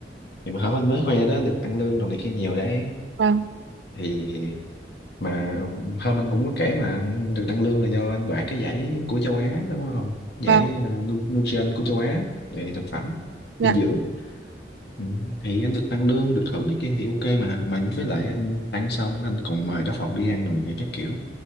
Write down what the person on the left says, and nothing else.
thì mà hả anh mới khoe đó được tăng lương đồ này kia nhiều đấy
thì mà hôm anh cũng có kể mà anh được tăng lương là do anh đoạt cái giải của châu Á đúng không giải
ờ, Nu- Nutrition của châu Á về thực phẩm
dinh dưỡng ừ. thì anh được tăng lương được thưởng này kia thì ok mà mà với lại anh ăn xong anh còn mời cả phòng đi ăn rồi này kia các kiểu